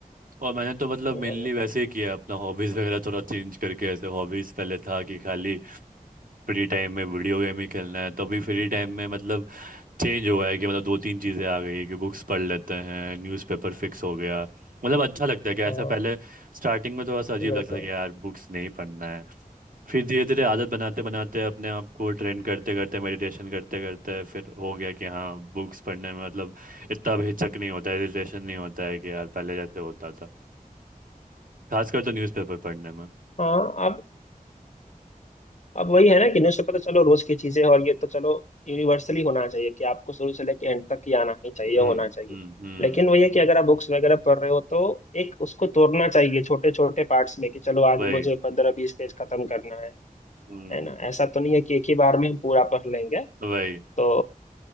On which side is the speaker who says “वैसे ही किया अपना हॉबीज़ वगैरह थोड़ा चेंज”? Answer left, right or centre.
Right